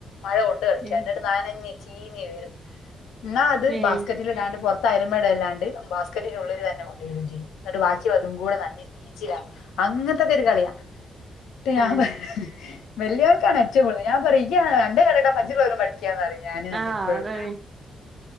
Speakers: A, on the left; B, on the right.
A: മഴ കൊണ്ട് കളിക്കാൻ
B: ഏഹ്
A: എന്നിട്ട് നനഞ്ഞ് ചീഞ്ഞ് വരും ന്നാ അത്
B: ഏഹ്
A: ബാസ്ക്കറ്റിലിടാണ്ട് പുറത്തയലിമ്മടാണ്ട് ബാസ്ക്കറ്റിന്റെ ഉള്ളിലെന്നെ കൊണ്ടോയിടും ചെയ്യും ന്നിട്ട് വാ <unintelligible> അതുംകൂടെ <unintelligible> അങ്ങനത്തൊക്കൊരു കളിയാ ട്ട് ഞാൻ
B: ഏഹ്
A: പ വെല്യോർക്കാണ് ഏറ്റവും കൂടുതൽ, ഞാൻ പറയും ഈയ് അൻ്റെ കണ്ടിട്ടാണ് മറ്റുള്ളവരും പഠിക്കാന്ന് പറയും ഞാന് ന്നട്ട്
B: ആഹ്
A: എപ്പഴും
B: അതാണേ